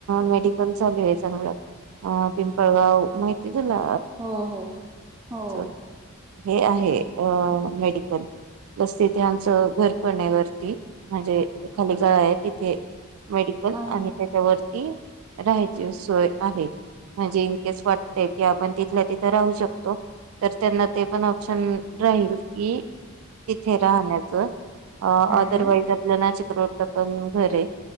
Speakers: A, on the right (about 85°); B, on the right (about 15°).
A: मेडिकल चालू आहे चांगलं पिंपळगाव माहिते तुला
B: हो हो हो
A: <unintelligible> हे आहे अ मेडिकल. बस तिथे आमचं घर पण हे वरती म्हणजे खाली गळा आहे तिथे मेडिकल
B: अ हम्म
A: आणि त्याच्यावरती राहायची सोय आहे. म्हणजे इनकेस वाटते कि आपण तिथल्या तिथं राहू शकतो. तर त्यांना ते पण ऑप्शन राहील की तिथे राहण्याच अदरवाईज
B: हम्म
A: आपल्या ना. <unintelligible> घरय